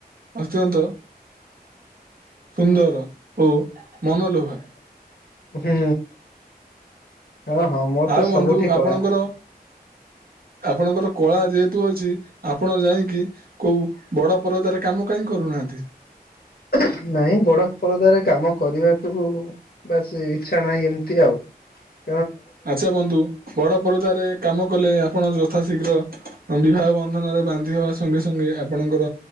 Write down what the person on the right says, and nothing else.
ଅତ୍ୟନ୍ତ ସୁନ୍ଦର ଓ ମନଲୋଭା।
ଆଉ
ବନ୍ଧୁ ଆପଣଙ୍କର
ଆପଣଙ୍କର କଳା ଯେହେତୁ ଅଛି ଆପଣ ଯାଇକି କୋଉ ବଡ ପରଦରେ କାମ କାହିଁ କରୁ କରନାନ୍ତି।
ଆଚ୍ଛା ବନ୍ଧୁ ବଡ ପରଦରେ କାମ କଲେ ଆପଣ ଯଥା ଶୀଘ୍ର ବିବାହ ବନ୍ଧନରେ ବାନ୍ଧି ହେବା ସଙ୍ଗେ ସଙ୍ଗେ ଆପଣଙ୍କର